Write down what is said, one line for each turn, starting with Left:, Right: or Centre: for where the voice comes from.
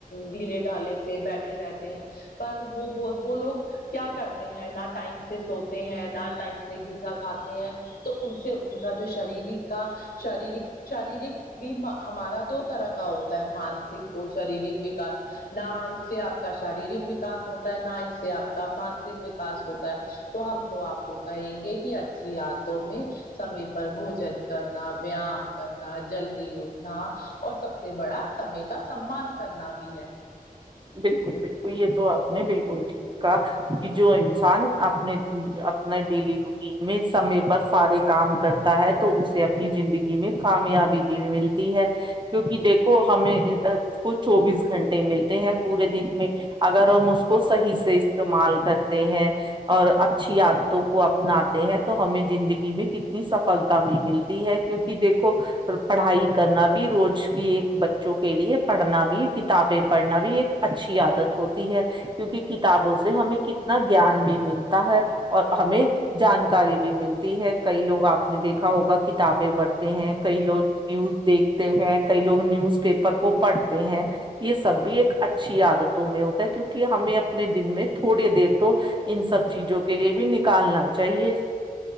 Left: ڈھیلے ڈھالے سے بیٹھے رہتے ہیں پر وہ وہ لوگ کیا کرتے ہیں نہ ٹائم سے سو ہیں نہ ٹائم سے غذ ا کھاتے ہیں تو ان سے ان کا جو شریرک کا شریرک شاریرک بھی ہمارا دو طرح کا ہوتا ہے مانسک شریرک وکاس نہ اس سے آپ کا شاریرک وکاس ہوتا ہے نہ اس سے آپ کا مانسک وکاس ہوتا ہے تو ہم تو آپ کو کہیں گے کہ اچھی عاد توں میں سمے پر بھوجن کرنا ویام کرنا جلدی اٹھنا اور سب سے بڑا سمے کا سممان کرنا بھی ہے
Right: بالکل بالکل یہ تو آپ نے بالکل ٹھیک کہا کہ جو انسان اپ اپنے اپنا ڈیلی روٹین میں سمے پر سارے کام کرتا ہے تو اسے اپنی جندگی میں کامیابی ملتی ہے کیونکہ دیکھو ہمیں کو چوبیس گھنٹے ملتے ہیں پورے دن میں اگر ہم اس کو ص حیح سے استعمال کرتے ہیں اور اچھی عادتوں کو اپناتے ہیں تو ہمیں زندگی میں کتنی سفلتا بھی ملتی ہے کیونکہ دیکھو اور پڑھائی کرنا بھی روج کی ایک بچوں کے لیے پڑھنا بھی کتابیں پڑھنا بھی ایک اچھی عادت ہوتی ہے کیونکہ کتابوں سے ہمیں کتنا گیان بھی مل تا ہے اور ہمیں جانکاری بھی ملتی ہے کئی لوگ آپ نے دیکھا ہوگا کتابیں پڑھتے ہیں کئی لوگ نیوز دیکھتے ہیں کئی لوگ نیوز پیپر کو پڑھتے ہیں یہ سب بھی ایک اچھی عادتوں میں ہوتا ہے کیونکہ ہمیں اپنے دن میں تھوڑے دیر تو ان سب چیجوں کے لیے بھی نکالنا چاہیے